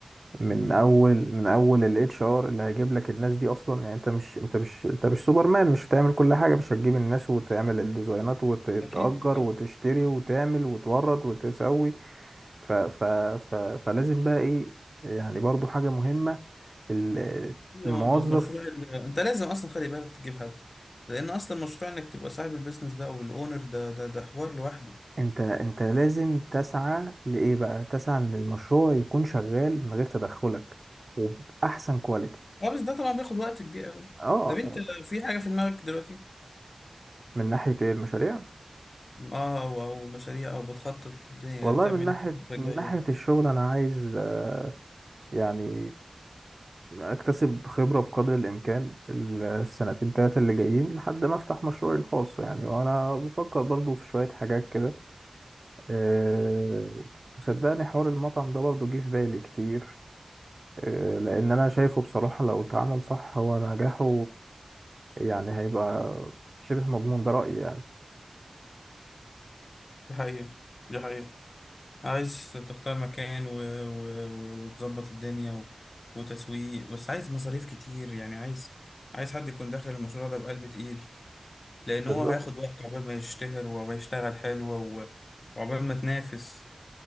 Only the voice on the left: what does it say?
مم.
اكيد اكيد
هي
مظبوط. مشروع ال... انت لازم اصلا خلي بالك تجيب حد لان اصلا مشروع انك تبقى صاحب البيزنس ده او الاونر ده ده ده حوار لوحده
اه بس ده طبعا بياخد وقت كبير قوي
طب انت في حاجه في دماغك دلوقتي
اه او او مشاريع او بتخطط للدنيا
هتعمل
ايه في الفترة
الجاية
دي حقيقة دي حقيقة عايز تختار مكان و... و... و... وتظبط الدنيا و... وتسويق بس عايز مصاريف كتير يعني عايز عايز حد يكون داخل المشروع ده بقلب تقيل لأن
هو هياخد وقت عقبال ما يشتهر ويشتغل حلو و... وعقبال ما تنافس